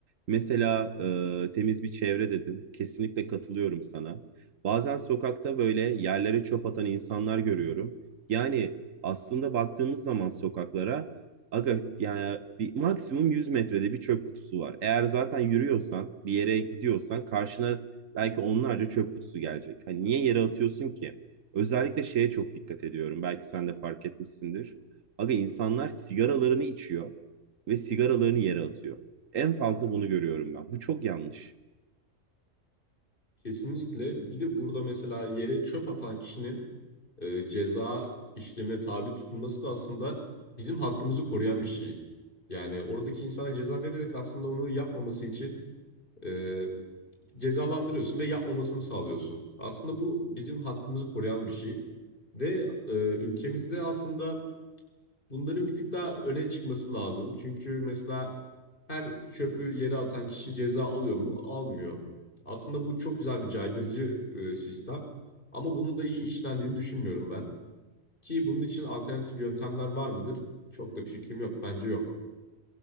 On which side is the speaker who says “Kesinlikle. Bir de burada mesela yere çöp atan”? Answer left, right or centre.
Left